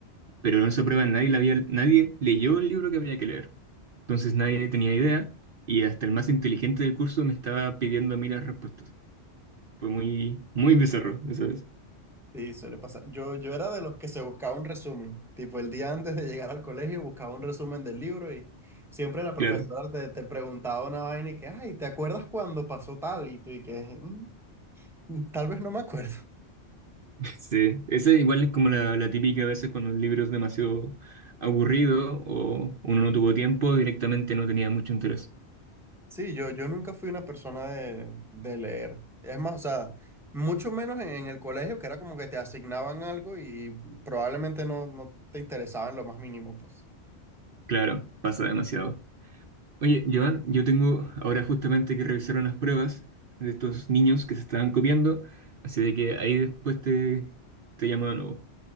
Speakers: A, on the right; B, in the centre.
A: pero en esa prueba nadie, la había, nadie leyó el libro que había que leer. Entonces nadie tenía idea y hasta el más inteligente del curso me estaba pidiendo a mí las respuestas. Fue muy, muy bizarro, ¿sabes?
B: Sí, suele pasar. Yo, yo era de los que se buscaba un resumen. Tipo, el día antes de llegar al colegio buscaba un resumen del libro y siempre la profesora
A: Claro,
B: te, te preguntaba una vaina y que, ay, ¿te acuerdas cuando pasó tal? Y tú y que, "Mm, mm, tal vez no me acuerdo. <laughs>
A: <laughs> sí. Esa igual es como la, la típica a veces cuando el libro es demasiado aburrido o uno no tuvo tiempo, directamente no tenía mucho interés.
B: Sí, yo, yo nunca fui una persona de, de leer. Es más, o sea, mucho menos en, en el colegio, que era como que te asignaban algo y probablemente no, no te interesaba en lo más mínimo, pues.
A: Claro, pasa demasiado. Oye, Joan, yo tengo ahora justamente que revisar unas pruebas de estos niños que se estaban copiando, así de que ahí después te, te llamo de nuevo.